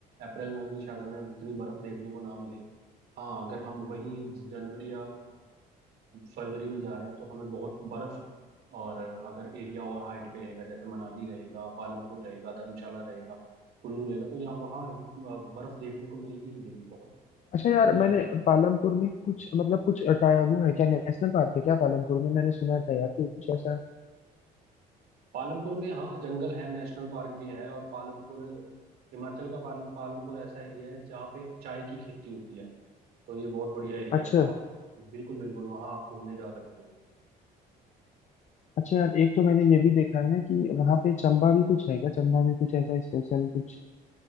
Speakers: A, on the right (about 70°); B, on the left (about 45°).
A: अप्रैल मई में शायद हमें उतनी बर्फ देखने को ना मिले हाँ अगर हम वहीं जनवरी या अ, फरवरी में जा रहे हैं तो हमें बहुत बर्फ और अ, अगर एरिया और हाइट पे रहेगा जैसे मनाली रहेगा पालमपुर रहेगा धर्मशाला रहेगा कुल्लू रहेगा तो यहाँ वहाँ अ, बर्फ देखने को मिलेगी ही मिलेगी बहुत
B: अच्छा
A: अ,
B: यार
A: बढ़िया
B: मैंने
A: रहता है
B: पालमपुर में कुछ मतलब कुछ टाया वो है क्या नेशनल पार्क है क्या पालमपुर में मैंने सुना था यार कुछ ऐसा
A: पालमपुर में हाँ जंगल है नेशनल पार्क भी है और पालमपुर हिमाचल का पाल, पालमपुर ऐसा एरिया है जहाँ पे चाय की खेती होती है तो ये बहुत बढ़िया एरिया
B: अच्छा
A: है आप बिल्कुल बिल्कुल वहाँ आप घूमने जा सकते हैं
B: अच्छा यार एक तो मैंने ये भी देखा है ना कि वहां पे चंबा भी कुछ है क्या चंबा में कुछ ऐसा स्पेशल कुछ